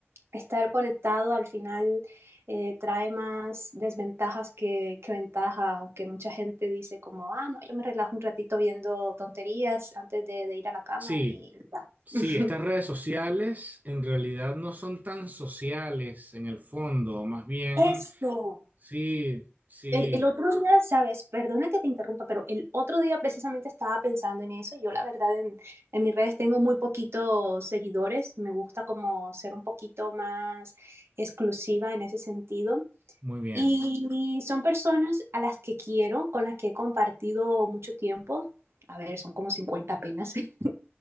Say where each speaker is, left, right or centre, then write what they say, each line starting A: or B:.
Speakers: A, on the right (about 80°); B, on the right (about 40°).
A: estar conectado al final eh, trae más desventajas que, que ventaja, aunque mucha gente dice como, ah, no, yo me relajo un ratito viendo tonterías antes de, de ir a la cama
B: Sí.
A: y ya.
B: Sí,
A: <laughs>
B: estas redes sociales en realidad no son tan sociales en el fondo, más bien,
A: Eso.
B: sí, sí,
A: El, el otro día, sabes, perdona que te interrumpa, pero el otro día precisamente estaba pensando en eso. Yo la verdad en, en mis redes tengo muy poquitos seguidores. Me gusta como ser un poquito más exclusiva en ese sentido.
B: muy bien.
A: Y son personas a las que quiero, con las que he compartido mucho tiempo. A ver, son como 50 apenas. <laughs>